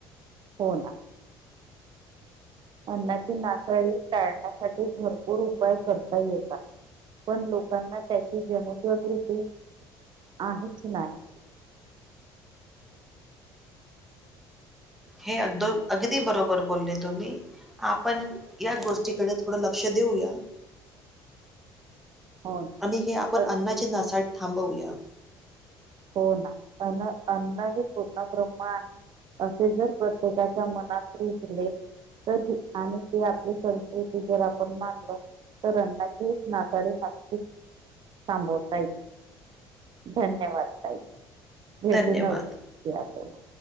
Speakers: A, on the right; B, in the centre.
A: हो ना अन्नाची नासाडी टाळण्यासाठी भरपूर उपाय करता येतात पण लोकांना त्याची जनजागृती आहेच नाही
B: हे अगद अगदी बरोबर बोलले तुम्ही आपण या गोष्टीकडे थोडं लक्ष देऊया.
A: हो ना
B: आणि हे आपण
A: अ-
B: अन्नाची नासाडी थांबवूया
A: हो ना अन्न अन्न हे पूर्ण ब्रह्म आहे असे जर प्रत्येकाच्या मनात रुजले तर आणि ते आपली संस्कृती जर आपण मानलं तर अन्नाची नासाडी नक्कीच थांबवता येईल. धन्यवाद! थँकू हेे
B: धन्यवाद
A: तू नवत